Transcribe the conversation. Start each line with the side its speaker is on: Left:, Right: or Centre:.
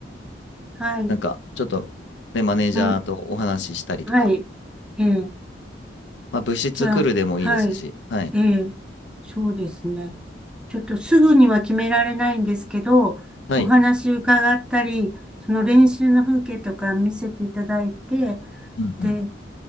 Centre: はい。
Left: なんか、ちょっと、ね、マネージャーとお話ししたりとか、
Centre: うん。はい。ええ
Left: まあ、部室来るでもいいですし、
Centre: じゃあ、はい。
Left: はい。
Centre: ええ、そうですね。ちょっとすぐには決められないんですけど、
Left: はい。
Centre: お話伺ったり、その練習の風景とか見せていただいて、
Left: うんうん。
Centre: で、